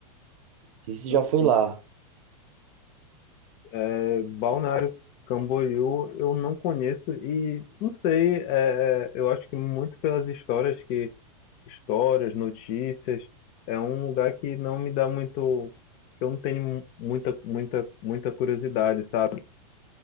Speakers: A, on the right; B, on the left.
A: sei se você
B: sim,
A: já foi
B: sim.
A: lá.
B: É, Balneário Camboriú eu não conheço e não sei, é, é, eu acho que muito pelas histórias que histórias, notícias. É um lugar que não me dá muito, que eu não tenho mu- muita, muita, muita curiosidade, sabe?